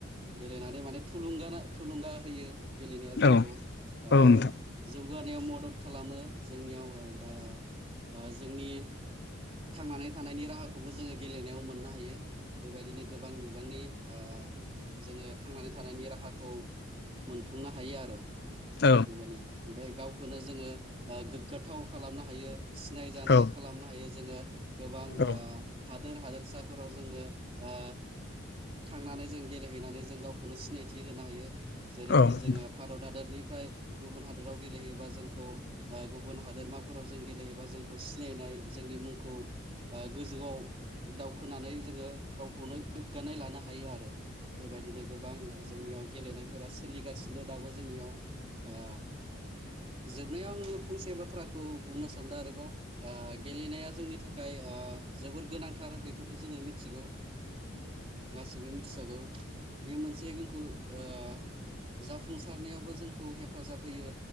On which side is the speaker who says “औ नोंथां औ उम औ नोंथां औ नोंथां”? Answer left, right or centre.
Left